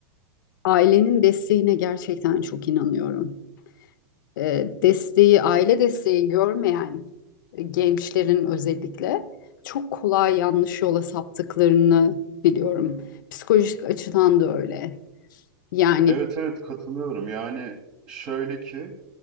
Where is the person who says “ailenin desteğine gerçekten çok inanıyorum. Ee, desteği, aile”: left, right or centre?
Left